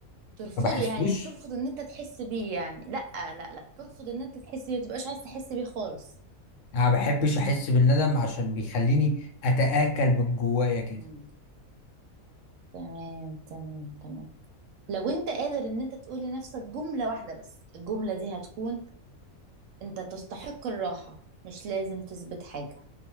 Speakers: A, on the right; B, on the left.
A: ترفضه
B: ما بحسوش
A: يعني ترفض ان انت تحس بيه يعني لا لا لا ترفض ان انت تحس بيه متبقاش عايز تحس بيه خالص
B: انا ما بحبش احس بالندم عشان بيخليني اتآكل من جوايا كده
A: مم. تمام تمام تمام لو انت قادر ان انت تقول لنفسك جملة واحدة بس الجملة دي هتكون انت تستحق الراحة مش لازم تثبت حاجة